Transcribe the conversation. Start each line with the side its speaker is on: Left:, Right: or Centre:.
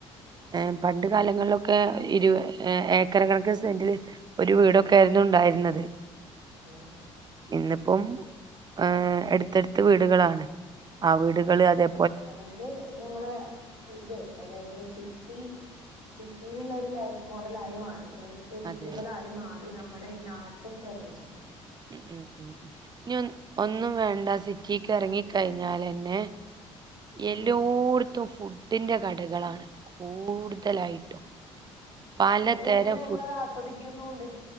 Right: ഏഹ്
Left: ഉം
Right: പണ്ട് കാലങ്ങളിലൊക്കെ ഇരുവ ഏക്കറ് കണക്കന് സെന്റില് ഒരു വീടൊക്കെ ആയിരുന്നു ഉണ്ടായിരുന്നത്
Left: ആഹ്
Right: ഇന്നിപ്പം ഏഹ് എടുത്തടുത്ത് വീടുകളാണ് ആ വീടുകൾ അതേ
Left: അതായത് നമ്മടെ ഇത് അതായത് സിറ്റി സിറ്റിയിലുള്ള ഒരു ലൈഫ് മോഡൽ ആയി മാറി ലൈഫ് രീതികളായി
Right: അതെ
Left: മാറി നമ്മുടെ ഈ നാട്ടും പ്രദേശം
Right: ഉം ഉം ഉം നി ഒ ഒന്നും വേണ്ട സിറ്റിക്ക് ഇറങ്ങിക്കഴിഞ്ഞാലെന്നെ
Left: ഉം
Right: എല്ലോടത്തും ഫുഡിന്റെ കടകളാണ് കൂടുതലായിട്ടും പലതരം
Left: ഒരു കണക്കിന് നമ്മള് അത് ആസ്വദിക്കുന്നു ഉണ്ട്